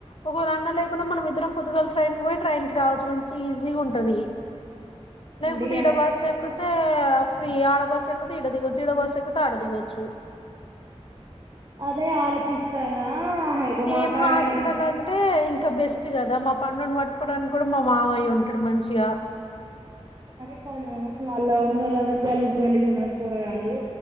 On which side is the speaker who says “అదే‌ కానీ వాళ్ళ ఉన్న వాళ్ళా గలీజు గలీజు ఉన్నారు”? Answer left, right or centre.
Right